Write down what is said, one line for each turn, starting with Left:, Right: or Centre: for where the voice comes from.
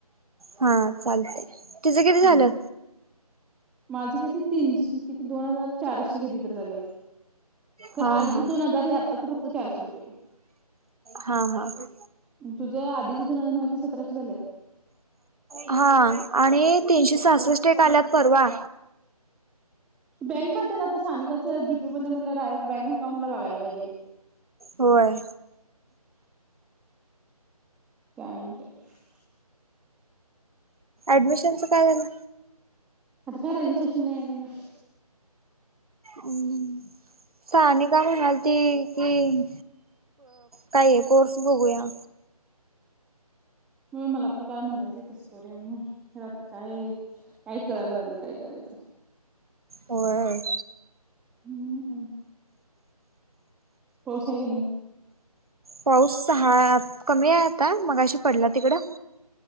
Right: हा चालते तिचं किती झालं.
Centre: हम्म. माझं किती तीनश किती दोन हजार चारशे किती तर झालेत. ख
Right: हा
Centre: आधीचे
Right: हा
Centre: दोन हजार हे आत्ताच फक्त चारशे रुपये
Right: हा हा
Centre: तुझं आधीच दोन हजार नऊ ते सतराशे झालेत.
Right: हा आणि तीनशे सासष्ट आल्यात परवा
Centre: बँक खात्याला तर स्थानिकाचं जीपे मध्येट डायरेक्ट बँक अकाउंटला बघायला पाहिजे.
Right: होय.
Centre: <unintelligible>
Right: ऍडमिशनच काय झालं?
Centre: आत्ता काय रेजिस्ट्रेशन नाही आणि मग.
Right: हम्म. सानिका म्हणालती की काय कोर्स बघूया.
Centre: होय मला पण काल म्हणालती तसं करूया म्हणून खरं आत्ता काय? काय कळंना झालंय काय करायच.
Right: होय.
Centre: हम्म पाऊस आहे की नाही.
Right: पाऊस सहा कमी आहे आता मगाशी पडला तिकडं